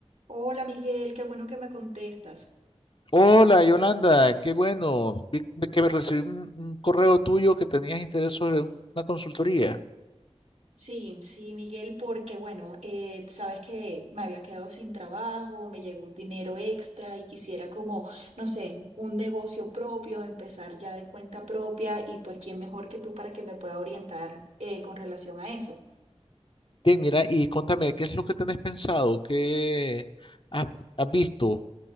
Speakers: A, on the right; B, on the left.
A: Hola Miguel, qué bueno que me contestas.
B: Hola Yolanda, qué bueno. Vi vi que recibí un, un correo tuyo que tenías interés sobre un- una consultoría.
A: Sí, sí, Miguel, porque bueno, eh, sabes que me había quedado sin trabajo, me llegó un dinero extra y quisiera como, no sé, un negocio propio, empezar ya de cuenta propia y pues quién mejor que tú para que me pueda orientar eh, con relación a eso.
B: Bien, mira, y contame, ¿qué es lo que tenés pensado? ¿Qué has, has visto